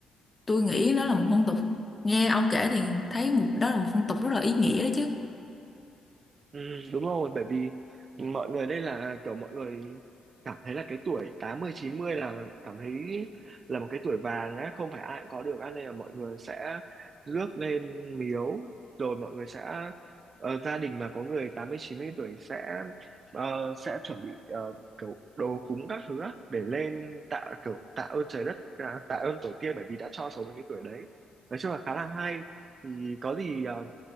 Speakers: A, on the left; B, on the right.
A: Tôi nghĩ nó là một phong tục, nghe ông kể thì thấy một đó là một phong tục rất là ý nghĩa đấy chứ.
B: ừ, đúng rồi bởi vì mọi người đây là kiểu mọi người cảm thấy là cái tuổi tám mươi chín mươi là cảm thấy là một cái tuổi vàng á không phải ai cũng có được á nên là mọi người sẽ rước lên miếu rồi mọi người sẽ ờ, gia đình mà có người tám mươi chín mươi tuổi sẽ ờ, sẽ chuẩn bị ờ, kiểu đồ cúng các thứ á, để lên tạ kiểu tạ ơn trời đất tạ tạ ơn tổ tiên bởi vì đã cho sống đến cái tuổi đấy nói chung là khá là hay thì có gì ờ,